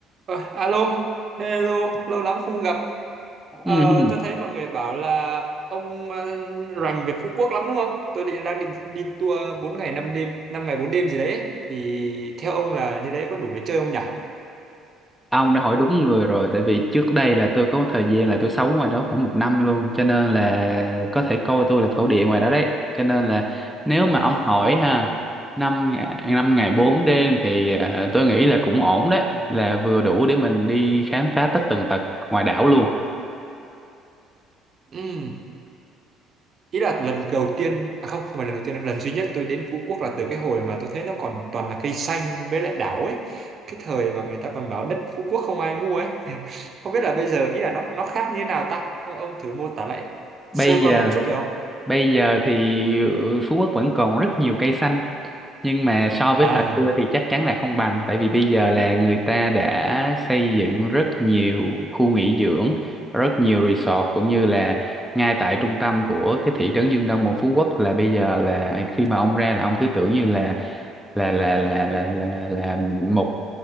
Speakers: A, on the right; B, in the centre.
A: Ờ, alo, hello, lâu lắm không gặp. Ờ,
B: Ừ.
A: tôi thấy mọi người bảo là ông ờ, rành về Phú Quốc lắm đúng không? Tôi định đang định đi tour 4 ngày 5 đêm, 5 ngày 4 đêm gì đấy. ấy. Thì theo ông là như đấy có đủ để chơi không nhỉ?
B: Ông đã hỏi đúng người rồi tại vì trước đây là tôi có một thời gian là tôi sống ngoài đó khoảng một năm luôn cho nên là có thể coi tôi là thổ địa ngoài đó đấy cho nên là nếu mà
A: À,
B: ông hỏi ha năm ngày- năm ngày bốn đêm thì ờ, tôi nghĩ là cũng ổn đấy là vừa đủ để mình đi khám phá tất tần tật ngoài đảo luôn
A: ừm. Ý là lần đầu tiên, à không, không phải lần đầu tiên, đâu, lần duy nhất tôi đến Phú Quốc là từ cái hồi mà tôi thấy nó còn toàn là cây xanh với lại đảo ấy. Cái thời mà người ta còn bảo đất Phú Quốc không ai mua ấy. Không biết là bây giờ ý là nó nó khác như thế nào ta? Ông ông thử mô tả lại
B: bây
A: sơ qua
B: giờ
A: một chút được không?
B: bây giờ thì ừ, Phú Quốc vẫn còn rất nhiều cây xanh nhưng mà so với
A: à
B: thời xưa thì chắc chắn là không bằng tại vì bây giờ là người ta đã xây dựng rất nhiều khu nghỉ dưỡng rất nhiều resort cũng như là ngay tại trung tâm của cái thị trấn Dương Đông một Phú Quốc là bây giờ là khi mà ông ra là ông cứ tưởng như là là là là là là là một